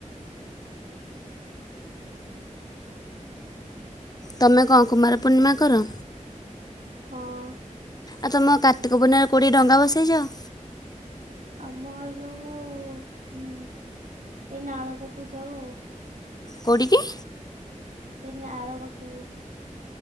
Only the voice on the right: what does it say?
ହଁ।
ଆମ ଏଇ ଯୋଉ ଏ ନାଳ ପାଖକୁ ଯାଉ ଆଉ।
ହେଇନାଳ ପାଖୁକୁ।